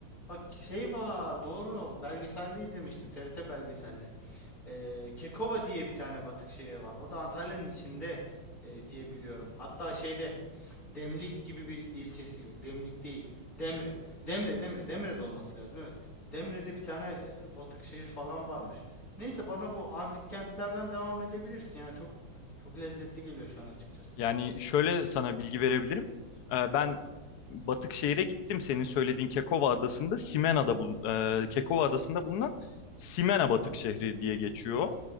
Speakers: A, on the left; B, on the left.
A: a- şey var doğru. Belgeselde izlemiştim. TRT belgeselde. Ee, Kekova diye bir tane batık şehir var. O da Antalya'nın içinde e, diye biliyorum. Hatta şeyde Demlik gibi bir ilçesi yok. Demlik değil. Demre. Demre, Demre, Demre'de olması lazım. Evet. Demre'de bir tane e, batık şehir falan varmış. Neyse bana bu antik kentlerden devam edebilirsin Yani Çok çok lezzetli geliyor şu an açıkçası.
B: Yani şöyle sana bilgi verebilirim. Ee, ben Batıkşehir'e gittim. Senin söylediğin Kekova Adası'nda Simena'da bul e, Kekova Adası'nda bulunan Simena Batık Şehri diye geçiyor.